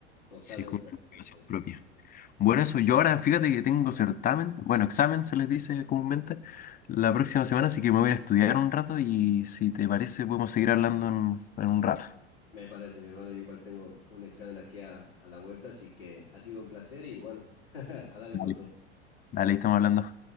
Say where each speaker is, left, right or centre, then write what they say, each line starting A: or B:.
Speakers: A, on the left; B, on the left.
A: Totalmente
B: Sí, es como
A: de
B: una
A: acuerdo
B: motivación
A: con eso.
B: propia. Bueno, eso yo ahora, fíjate que tengo certamen, bueno, examen se les dice comúnmente, la próxima semana, así que me voy a ir a estudiar un rato y si te parece podemos seguir hablando en, en un rato.
A: Me parece, mi hermano. Yo igual tengo un examen aquí a, a la vuelta, así que ha sido un placer y bueno, <laughs> a darle
B: Dale.
A: con todo.
B: Dale, ahí estamos hablando.